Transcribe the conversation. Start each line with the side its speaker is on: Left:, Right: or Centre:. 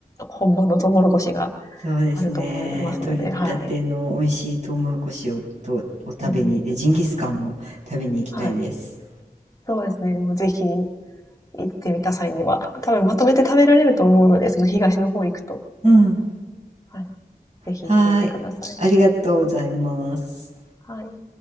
Left: 本場のトウモロコシが
Right: そうですね。
Left: あると思いますので、
Right: 取りたての美味しいトウモロコシをとお食べに、
Left: はい。うん。
Right: で、ジンギスカンも食べに行きたいです。
Left: はい。そうですね、もうぜひ行ってみた際には、多分まとめて食べられると思うので、その東の方行くと、
Right: うん。
Left: はい、ぜひ行ってみてください。
Right: はーい。ありがとうございます。
Left: はい。